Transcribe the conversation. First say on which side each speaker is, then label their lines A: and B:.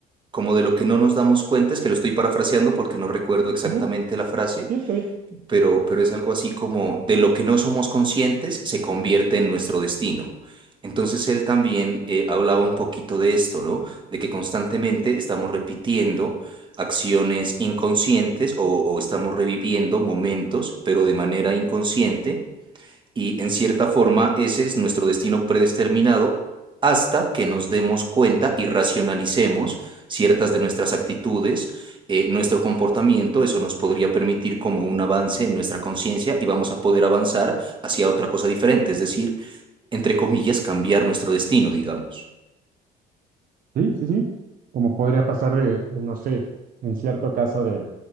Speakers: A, on the right (about 30°); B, on the right (about 55°).
A: como de lo que no nos damos cuenta, es que lo estoy parafraseando porque no recuerdo exactamente
B: Ujú,
A: la frase,
B: Sí, está bien.
A: pero, pero es algo así como de lo que no somos conscientes se convierte en nuestro destino. Entonces él también eh, hablaba un poquito de esto, ¿no? De que constantemente estamos repitiendo acciones inconscientes o, o estamos reviviendo momentos, pero de manera inconsciente y en cierta forma ese es nuestro destino predeterminado hasta que nos demos cuenta y racionalicemos ciertas de nuestras actitudes, eh, nuestro comportamiento, eso nos podría permitir como un avance en nuestra conciencia y vamos a poder avanzar hacia otra cosa diferente, es decir, entre comillas, cambiar nuestro destino, digamos.
B: Sí, sí, sí. Como podría pasar, eh, no sé, en cierto caso de